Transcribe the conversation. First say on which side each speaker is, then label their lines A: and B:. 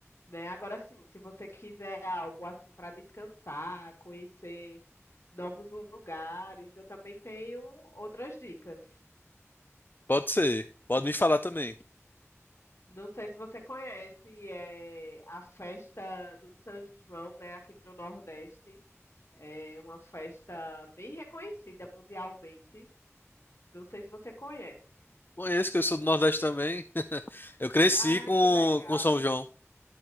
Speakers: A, on the left; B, on the left.
A: né? Agora sim, se você quiser algo assim para descansar, conhecer novos lugares, eu também tenho outras dicas.
B: Pode ser. Pode me falar também.
A: Não sei se você conhece, é a festa do São João, né, aqui no Nordeste. É uma festa bem reconhecida mundialmente. Não sei se você conhece.
B: Conheço que eu sou do Nordeste também. <laughs> Eu cresci
A: Ah,
B: com,
A: que legal.
B: com São João.